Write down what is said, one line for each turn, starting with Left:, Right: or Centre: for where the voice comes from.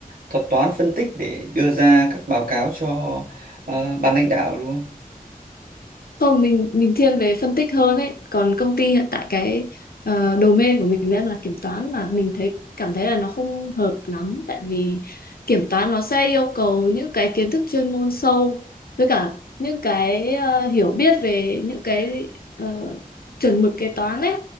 Right: thuật toán phân tích để đưa ra các báo cáo cho ờ, ban lãnh đạo đúng không?
Left: không mình mình thiên về phân tích hơn ấy còn công ty hiện tại cái ờ, domain của mình đang là kiểm toán mà mình thấy cảm thấy là nó không hợp lắm tại vì kiểm toán nó sẽ yêu cầu những cái kiến thức chuyên môn sâu với cả những cái ờ, hiểu biết về những cái ờ, chuẩn mực kế toán ấy